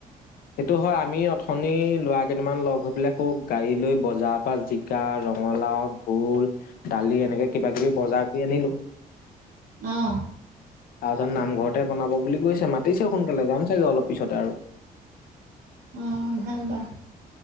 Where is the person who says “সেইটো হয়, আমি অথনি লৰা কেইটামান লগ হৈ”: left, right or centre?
Left